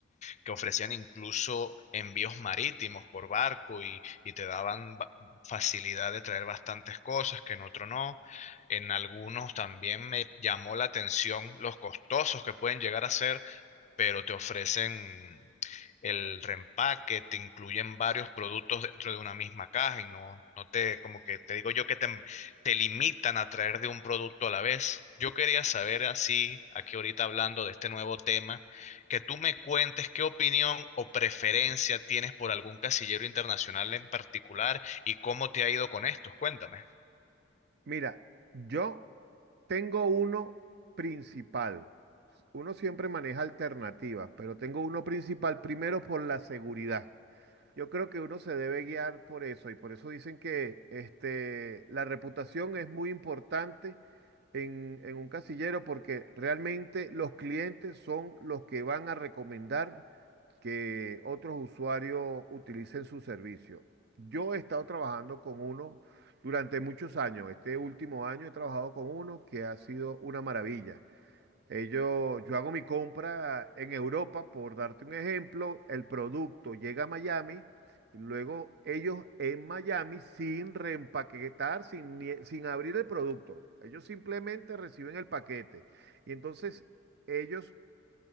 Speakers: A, on the left; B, on the right.
A: que ofrecían incluso envíos marítimos por barco y, y te daban ba- facilidad de traer bastantes cosas que en otro no. En algunos también me llamó la atención los costosos que pueden llegar a ser pero te ofrecen el reempaque, te incluyen varios productos dentro de una misma caja y no, no te, como que te digo yo que te, te limitan a traer de un producto a la vez. Yo quería saber así, aquí ahorita hablando de este nuevo tema, que tú me cuentes qué opinión o preferencia tienes por algún casillero internacional en particular y cómo te ha ido con estos. Cuéntame.
B: Mira, yo tengo uno principal. Uno siempre maneja alternativas, pero tengo uno principal primero por la seguridad. Yo creo que uno se debe guiar por eso y por eso dicen que este, la reputación es muy importante en, en un casillero porque realmente los clientes son los que van a recomendar que otros usuarios utilicen su servicio. Yo he estado trabajando con uno durante muchos años. Este último año he trabajado con uno que ha sido una maravilla. Ellos, yo hago mi compra en Europa, por darte un ejemplo, el producto llega a Miami y luego ellos en Miami sin reempaquetar, sin, ni- sin abrir el producto. Ellos simplemente reciben el paquete y entonces ellos